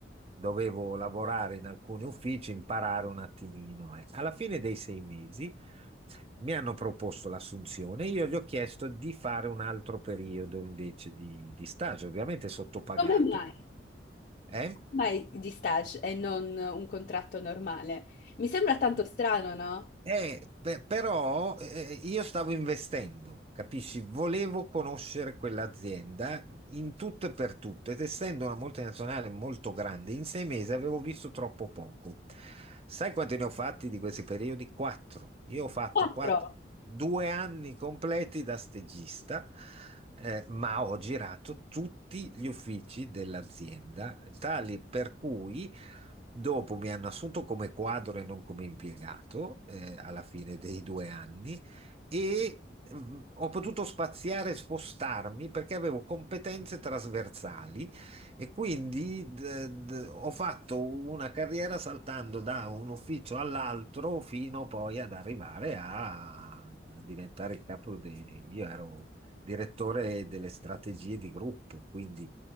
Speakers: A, on the right (about 30°); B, on the left (about 45°).
A: dovevo lavorare in alcuni uffici, imparare un attimino. eh. Alla fine dei sei mesi mi hanno proposto l'assunzione, io gli ho chiesto di fare un altro periodo invece di, di stage, ovviamente sottopagato.
B: come mai?
A: eh.
B: Mai di stage e non un contratto normale? Mi sembra tanto strano, no?
A: Eh, beh, però eh, io stavo investendo, capisci? Volevo conoscere quell'azienda in tutto e per tutto ed essendo una multinazionale molto grande, in sei mesi avevo visto troppo poco. Sai quanti ne ho fatti di questi periodi? Quattro. Io ho fatto
B: Quattro,
A: quattro- due anni completi da stagista, eh, ma ho girato tutti gli uffici dell'azienda, tali per cui Dopo mi hanno assunto come quadro e non come impiegato, eh, alla fine dei due anni e mm, ho potuto spaziare e spostarmi perché avevo competenze trasversali e quindi d- d- ho fatto una carriera saltando da un ufficio all'altro fino poi ad arrivare a a diventare il capo di... Io ero direttore delle strategie di gruppo, quindi